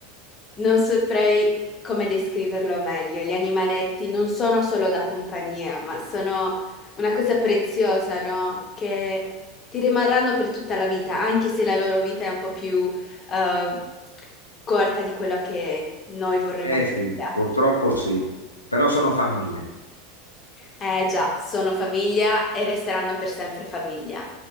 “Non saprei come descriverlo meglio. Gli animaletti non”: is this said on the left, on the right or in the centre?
Left